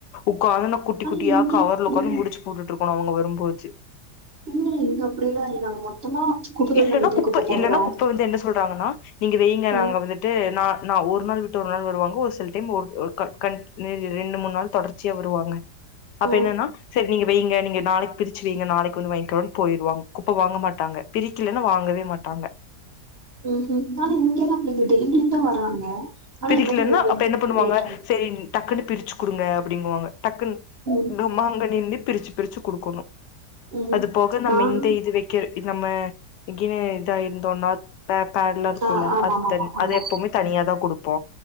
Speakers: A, on the left; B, on the right.
A: உக்காந்து நா குட்டி
B: ஆனா
A: குட்டியா
B: இங்க
A: கவர்ல
B: அப்டிலா
A: உக்காந்து முடிச்சு போட்டுட்டு போனவுங்க வரும்போச்சு
B: இல்ல இங்க அப்டிலா இல்ல நாங்க மொத்தமா குப்ப தொட்டில
A: இல்லன்னா
B: நம்ம எப்டி
A: குப்ப
B: போட்றோ
A: இல்லன்னா குப்ப வந்து என்ன சொல்றாங்கன்னா நீங்க வைங்க
B: ஆ
A: நாங்க வந்துட்டு நா நா‌ ஒரு நாள் விட்டு ஒரு நாள் வருவாங்க ஒரு சில டைம் ஒரு ஒ கன் ரெண்டு மூண் நாள் தொடர்ச்சியா வருவாங்க அப்ப
B: ஆ
A: என்னன்னா செரி நீங்க வைங்க நீங்க நாளைக் பிரிச்சு வைங்க நாளைக்கு வந்து வாயிங்கிறோனு போயிருவாங்க குப்ப வாங்க மாட்டாங்க பிரிக்கல லனா வாங்கவே மாட்டாங்க
B: ம்ஹும் ஆனா இங்கல்லா அப்டில்ல டெய்லியுந்தா வராங்க ஆனா
A: பிரிக்கலன்னா
B: இந்த மாரி ஒவ்வொரு
A: அப்ப என்ன பண்ணுவாங்க
B: லேட் ஆயிரு
A: செரி டக்குன்னு பிரி ச்சு குடுங்க அப்டிங்குவாங்க டக்குன்
B: ம்
A: <unintelligible> பிரிச்சு பிரிச்சு குடுக்கணு
B: ம்
A: அது போக நம்ம இந்த இது வக்கிற நம்ம இங்கனே இதா இருந்தோன்னா பே பேட்லா இருக்குல்ல
B: ஆ ஆ ஆமாமா
A: அது தன்
B: ஆமா
A: அது எப்போமே தனியா தா குடுக் போ